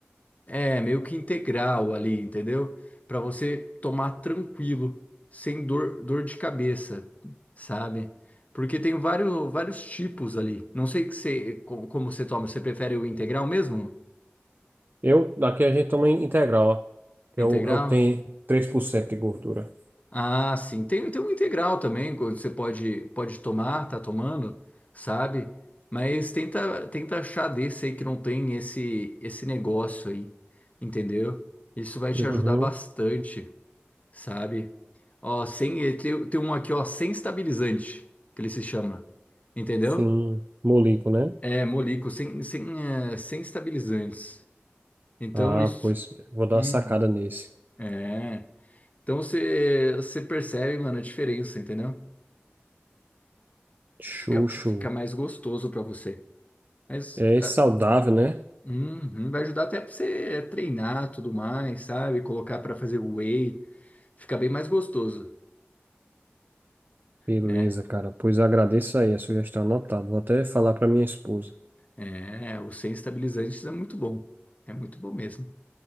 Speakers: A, on the left; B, on the right.
A: é meio que integral ali, entendeu? Pra você tomar tranquilo, sem dor, dor de cabeça, sabe? Porque tem vários, vários tipos ali. Não sei que você, co- como você toma, você prefere o integral mesmo?
B: Eu, daqui a gente toma integral, ó, que
A: Integral?
B: é o, é o que tem três por cento de gordura.
A: Ah, sim. Tem, tem um integral também, que você pode, pode tomar, tá tomando, sabe? Mas tenta, tenta achar desse aí que não tem esse, esse negócio aí, entendeu? Isso vai te
B: Uhum.
A: ajudar bastante, sabe? Ó, sem, eh, tem, tem um aqui, ó, sem estabilizante, que ele se chama, entendeu?
B: Sim, molico, né?
A: É, Molico, sem, sem, eh, sem estabilizantes. Então,
B: Ah,
A: isso.
B: pois vou dar
A: Uhum.
B: uma sacada nesse.
A: É. Então, você, você percebe, mano, a diferença, entendeu?
B: Xuxu.
A: fica, fica mais gostoso para você. Mas
B: É
A: ah,
B: saudável, né?
A: uhum, vai ajudar até para você treinar tudo mais, sabe? Colocar para fazer whey, fica bem mais gostoso,
B: Beleza,
A: né?
B: cara. Pois agradeço aí a sugestão anotada. Vou até falar para minha esposa.
A: É, o sem estabilizantes é muito bom, é muito bom mesmo.